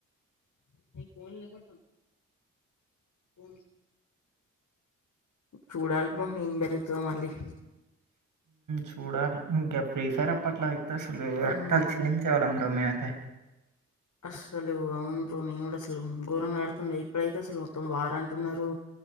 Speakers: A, on the left; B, on the right.
A: ఫన్ లో పడుతు ఫ చూడాలి బ ఏం పెరుగుతుందో మళ్ళీ
B: చూడాలి ఇంకా ఫ్రీ ఫైర్ అప్పట్లా అయి అసలు రక్తాలు
A: మ్మ్
B: చెల్లించేవాళ్ళ అం్రమే త
A: అస్సలు అవును బ్రో నేను కూడా అసలు ఘోరంగా ఆడుతుండ ఇప్పుడైతే అసలు మొత్తం వార అంటున్నారు